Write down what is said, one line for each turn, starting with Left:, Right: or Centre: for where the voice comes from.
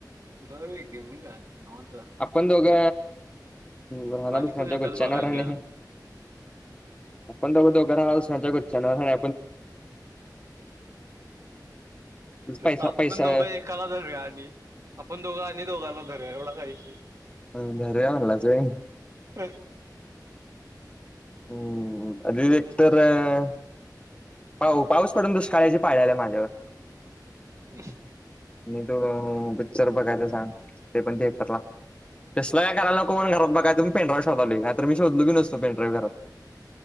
Right: जाऊया की, मी काय? निवांतच आहे.
Left: आपण दोघं, राहणार
Right: आणि
Left: बस स्टॅंडच्या
Right: कोण येतात
Left: गुच्च्यानवर
Right: बघायचं
Left: आणि आपण तर दोघं राहणार, दुसर्यांच्या गुच्च्यानवर हाय ना. पैसा
Right: आपण
Left: पैसा
Right: दोघं एक. एकाला धरूया आणि आपण दोघ आणि दोघांना धरूया एवढा काहीशी
Left: अ घर या म्हणलाचय.
Right: हम.
Left: हम्म अ एक तरर. पा पाऊस पडून दष्काळाची पाड्यालाय माझ्यावर
Right: <unintelligible>
Left: तुम्ही दोघं पिक्चर बघायचा का? ते पण थिएक्टरला. तसलं काय करायला नको, म्हणून घरात बघायचं म्हणून पेनड्राइव शोधायलो. नाही तर मी शोधलं बी नसतो, पेनड्राइव घरात.